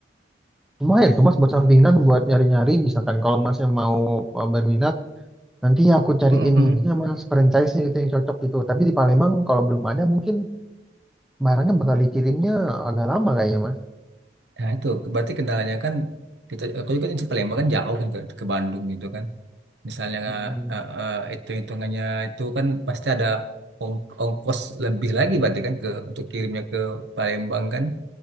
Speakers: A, in the centre; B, on the right (about 85°).
A: Lumayan tuh, Mas, buat sampingan, buat nyari-nyari. Misalkan kalau Masnya mau uh, berminat, nanti aku cariin
B: Mm-mm.
A: ini sama franchise-nya gitu yang cocok gitu. Tapi di Palembang kalau belum ada mungkin barangnya bakal dikirimnya agak lama kayaknya, Mas.
B: Nah itu berarti kendalanya kan kita aku juga kan di Palembang kan jauh kan ke, ke Bandung gitu kan. Misalnya
A: Mm-mm.
B: eh, eh, hitung-hitungannya itu kan pasti ada ong- ongkos lebih lagi berarti kan ke untuk kirimnya ke Palembang kan.